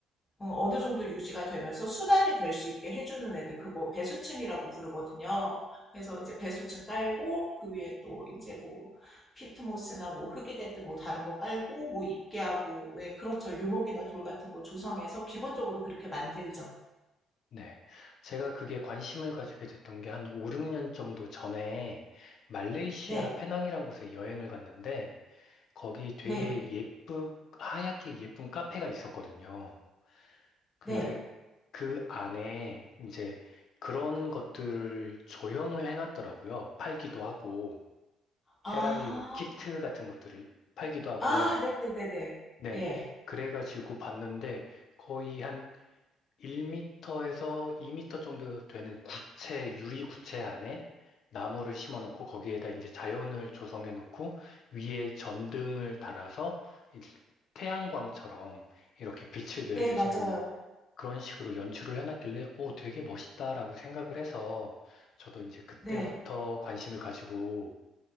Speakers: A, on the left (about 20°); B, on the left (about 50°).
A: 어, 느 정도 유지가 되면서 순환이 될 수 있게 해주는 애들 그거 배수층이라고 부르거든요. 그래서 이제 배수층 깔고 그 위에 또 이제 뭐 피트모스나 뭐 흙이 됐든 뭐 다른 거 깔고 뭐 있게 하고 왜 그렇죠 유목이나 돌 같은 거 조성해서 기본적으로 그렇게 만들죠.
B: 네. 제가 그게 관심을 가지게 됐던 게 한 5, 6년 정도 전에 말레이시아
A: 네.
B: 페낭이란 곳에 여행을 갔는데 거기 되게
A: 네.
B: 예쁘, 하얗게 예쁜 카페가 있었거든요. 근데
A: 네.
B: 그 안에 이제 그런 것들을 조형을 해놨더라고요. 팔기도 하고,
A: 아.
B: 테라리움 키트 같은 것들을 팔기도 하고요.
A: 아 네네네네. 네.
B: 네.
A: 네, 예.
B: 그래가지고 봤는데 거의 한 1m에서 2m 정도 되는 구체, 유리 구체 안에 나무를 심어 놓고 거기에다 이제 자연을 조성해 놓고 위에 전등을 달아서 이 태양광처럼 이렇게 빛을 내리쬐는
A: 네, 맞아요.
B: 그런 식으로 연출을 해놨길래 오, 되게 멋있다라고 생각을 해서 저도 이제 그때부터
A: 네.
B: 관심을 가지고